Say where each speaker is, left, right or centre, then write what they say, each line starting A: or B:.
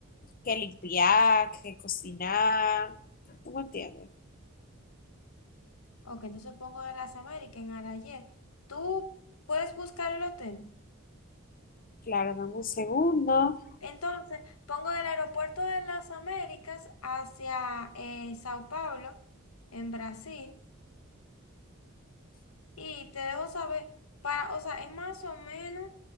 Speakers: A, on the left (about 40°); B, on the left (about 85°).
A: que limpiar, que cocinar. ¿Tú me entiendes?
B: Ok, entonces pongo de las Américas en Arayet. ¿Tú puedes buscar el hotel?
A: Claro, dame un segundo.
B: Entonces, pongo del aeropuerto de las Américas hacia eh, Sao Paulo, en Brasil, y te dejo saber, para, o sea, es más o menos